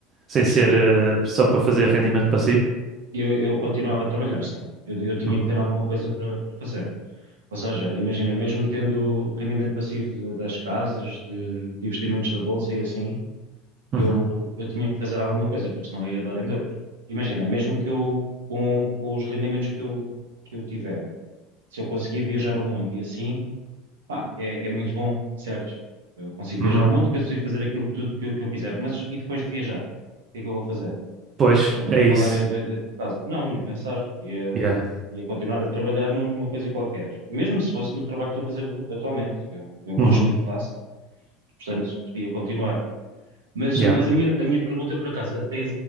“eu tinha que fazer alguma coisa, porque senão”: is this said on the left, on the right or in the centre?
Right